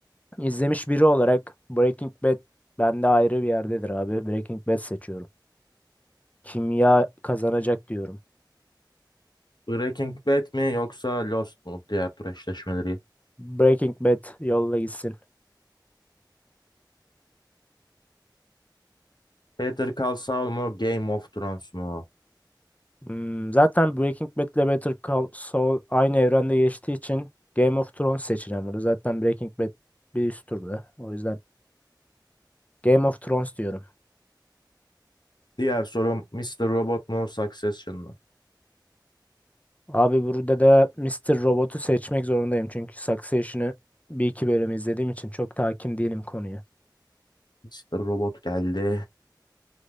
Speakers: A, on the left; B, on the left.
A: izlemiş biri olarak Breaking Bad bende ayrı bir yerdedir abi. Breaking Bad seçiyorum. Kimya kazanacak diyorum.
B: Breaking Bad mi yoksa Lost mu? Diğer tur eşleşmeleri.
A: Breaking Bad yolla gitsin.
B: Better Call Saul mu? Game of Thrones mu?
A: Hmm, zaten Breaking Bad ile Better Call Saul aynı evrende geçtiği için Game of Thrones seçeceğim burada. Zaten Breaking Bad bir üst turda. O yüzden Game of Thrones diyorum.
B: Diğer sorum Mr. Robot mu? Succession mu?
A: Abi burada da Mister Robot'u seçmek zorundayım. Çünkü Succession'ı bir iki bölüm izlediğim için çok hakim değilim konuya.
B: Mr. Robot geldi.